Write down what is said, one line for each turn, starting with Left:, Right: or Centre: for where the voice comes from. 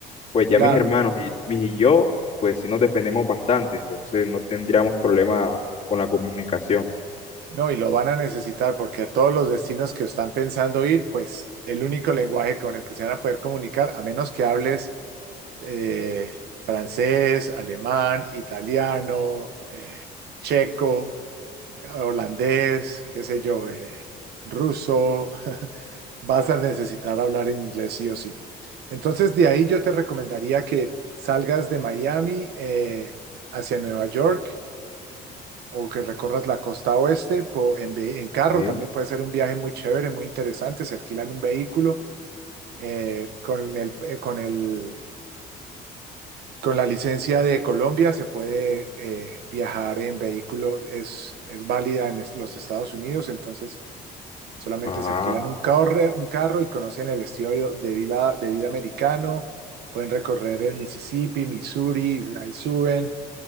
Left: Pues ya
Right: Claro,
Left: mis hermanos y, mis y yo, pues sí nos defendemos bastante, entonces no tendríamos problema con la comunicación,
Right: no, y lo van a necesitar porque a todos los destinos que están pensando ir, pues el único lenguaje con el que se van a poder comunicar, a menos que hables eh, francés, alemán, italiano, eh, checo, eh, holandés, qué sé yo, eh, ruso, <laughs> vas a necesitar hablar en inglés sí o sí. Entonces, de ahí yo te recomendaría que salgas de Miami eh, hacia Nueva York o que recorras la costa oeste po- en, ve- en carro,
Left: ¿sí?
Right: también puede ser un viaje muy chévere, muy interesante, se alquilan un vehículo eh, con el, eh, con el, con la licencia de Colombia se puede eh, viajar en vehículo, es, es válida en es- los Estados Unidos, entonces solamente
Left: Ajá.
Right: se alquilan un carro, un carro y conocen el estilo de vida, de vida americano, pueden recorrer el Mississippi, Missouri, ahí suben.